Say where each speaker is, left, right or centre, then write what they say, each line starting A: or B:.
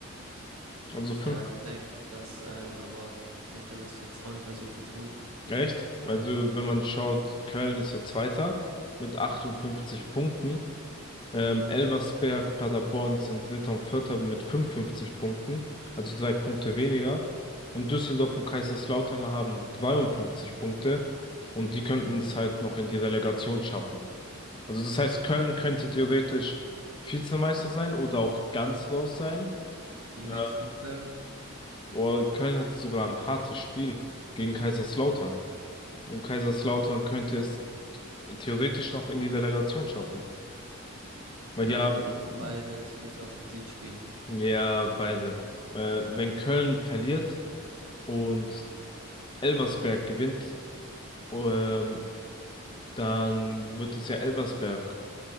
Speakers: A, on the left (about 20°); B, on the right (about 85°).
A: Also
B: ja,
A: fünf
B: ich denke, dass, ähm, aber ich denke, da wird sich jetzt auch nicht mehr so viel tun,
A: Echt?
B: weil
A: Also, wenn man schaut, Köln ist ja Zweiter mit 58 Punkten. Ähm, Elversberg, Paderborn sind Dritter und Vierter mit 55 Punkten, also drei Punkte weniger. Und Düsseldorf und Kaiserslautern haben 52 Punkte und die könnten es halt noch in die Relegation schaffen. Also, das heißt, Köln könnte theoretisch Vizemeister sein oder auch ganz raus sein.
B: gegen
A: Äh,
B: wen spielt Köln?
A: Oder Köln hat sogar ein hartes Spiel gegen Kaiserslautern. Und Kaiserslautern könnte es theoretisch noch in die Relegation schaffen. Weil
B: Also
A: die haben
B: wenn beide Teams auf den Sieg spielen.
A: ja, beide. Äh, wenn Köln verliert und Elversberg gewinnt, ähm, dann wird es ja Elversberg,